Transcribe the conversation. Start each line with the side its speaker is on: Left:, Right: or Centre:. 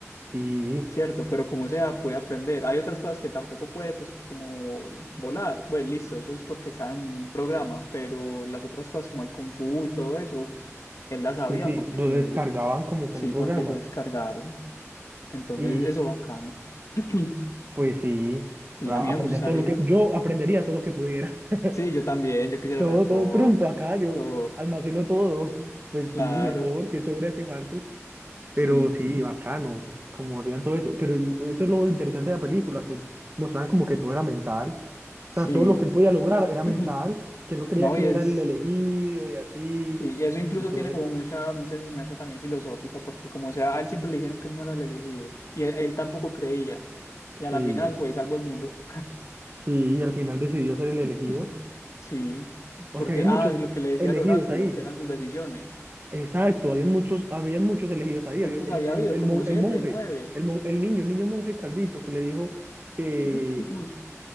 Right: Sí,
Left: ¿cierto? Pero como sea, puede aprender. Hay otras cosas que tampoco puede, pues, como volar. Bueno, listo, eso es porque está en un programa, pero las otras cosas como el Kung Fu y todo eso, él las sabía
Right: sí, sí,
Left: porque,
Right: lo descargaban como
Left: sí,
Right: con un programa.
Left: porque lo descargaron. Entonces,
Right: Y
Left: eso bacano. <clears throat>
Right: pues sí,
Left: Sí,
Right: a-
Left: a mí me
Right: aprender
Left: gustaría.
Right: todo lo que, yo aprendería todo lo que pudiera. <laughs>
Left: Sí, yo también, yo quisiera
Right: Todo,
Left: saber todo,
Right: todo trumpa acá, yo
Left: todo,
Right: almaceno todo. Pues
Left: claro,
Right: sí, mejor, que sobra que falte.
Left: sí,
Right: Pero sí, bacano, como hacían todo eso. Pero y- eso es lo interesante de la película, que mostraban como que todo era mental.
Left: sí.
Right: O sea, todo lo que él podía lograr
Left: <clears throat>
Right: era mental, que él no creía
Left: No,
Right: que
Left: y
Right: él
Left: es,
Right: era el elegido y así,
Left: sí, y eso incluso
Right: y todo
Left: tiene
Right: eso.
Left: como mucha, mucha enseñanza también filosófica, porque como sea, a él siempre le dijeron que él no era el elegido, y él, él tampoco creía, y a
Right: Sí,
Left: la final fue y salvó el mundo.
Right: sí, y al final decidió ser el elegido,
Left: <clears throat> Sí,
Right: porque
Left: porque,
Right: habían
Left: ah,
Right: muchos
Left: lo que le decía
Right: elegidos
Left: el oráculo,
Right: ahí.
Left: que eran sus decisiones.
Right: Exacto, habían muchos, habían muchos elegidos ahí.
Left: ¿Cuántos
Right: había el,
Left: había
Right: el,
Left: habido?
Right: el,
Left: Como
Right: mon-
Left: siete,
Right: el monje,
Left: nueve.
Right: el, mon- el niño, el niño monje Caldito, que le dijo que,
Left: <clears throat>